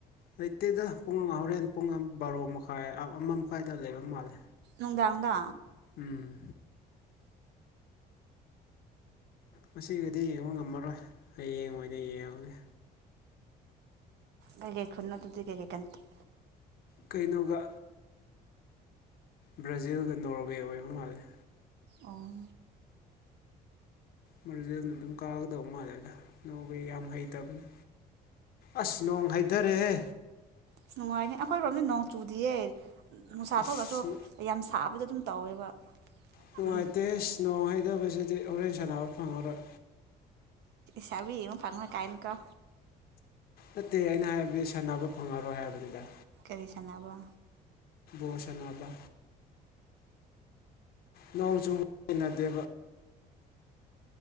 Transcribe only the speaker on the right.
ꯁꯅꯨꯡꯗꯥꯡꯗ
ꯀꯩꯒꯩ ꯈꯅꯗꯨꯗꯤ ꯀꯩꯒꯩꯀꯇ
ꯑꯣ
ꯑꯁ ꯅꯨꯡꯉꯥꯏꯅꯤ ꯑꯩꯈꯣꯏꯔꯣꯝꯗꯤ ꯅꯣꯡ ꯆꯨꯗꯤꯌꯦ ꯅꯨꯡꯁꯥ
ꯊꯣꯛꯂꯁꯨ ꯌꯥꯝ ꯁꯥꯕꯗ ꯑꯗꯨꯨꯝ ꯇꯧꯋꯦꯕ
ꯎꯝ
ꯁꯕꯤ ꯐꯪꯅ ꯀꯅꯤ ꯀ
ꯀꯔꯤ ꯁꯥꯟꯕ